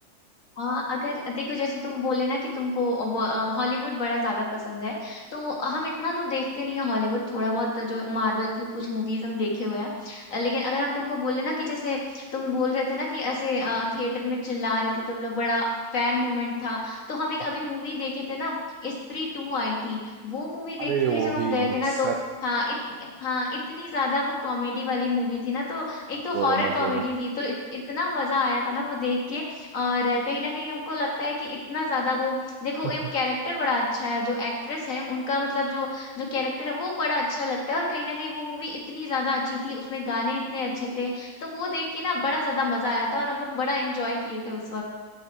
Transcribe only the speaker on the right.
हाँ,
अरे वो
भी
सत
मत
बोलो मत
बोलो
<laughs>